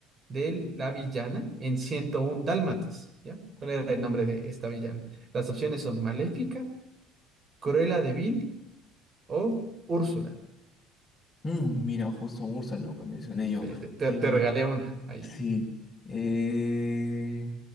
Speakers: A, on the right; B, on the left.
A: de la villana en 101 Dálmatas? ¿Ya? ¿Cuál era
B: Mm.
A: el nombre de esta villana? Las opciones son Maléfica, Cruella de Vil o Úrsula.
B: Mm, mira, justo Ursa, lo que mencioné yo.
A: Te, te- te-
B: Eh,
A: te regalé una ahí.
B: sí. Eh,